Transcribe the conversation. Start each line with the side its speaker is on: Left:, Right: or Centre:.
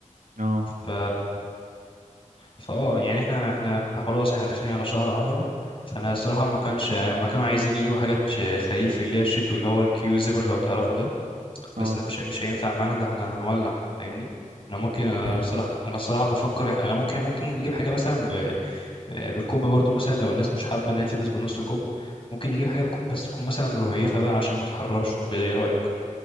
Right: اه
Left: ف فاه يعني احنا احنا احنا خلاص احنا داخلين على شهر عشرة فانا الصراحه ما كانش ما كانوا عايزين يجيبوا حاجات ش- خريف اللي هي الشتوي اللي هو الكيو زيبر لو تعرفوا ده
Right: اه
Left: بس ده مش مش هينفع معانا ده احنا هنولع فاهمني انا ممكن انا
Right: ده
Left: الصراحه انا الصراحه بفكر إح- انا ممكن ممكن نجيب حاجه مثلا آه، بالكم برضو مثلا لو الناس مش حابة إن هي تلبس بنص كم ممكن نجيب حاجة بكم بس تكون مثلا رهيفة بقى عشان ما تحررش كده إيه رأيك؟